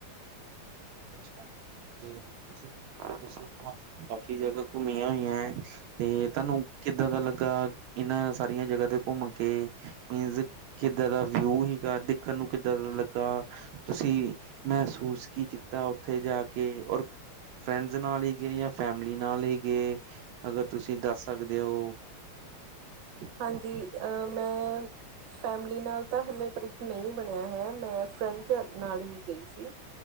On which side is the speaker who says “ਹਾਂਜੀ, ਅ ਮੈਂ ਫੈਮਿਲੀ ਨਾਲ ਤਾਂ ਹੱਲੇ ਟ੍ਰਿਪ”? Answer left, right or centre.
Right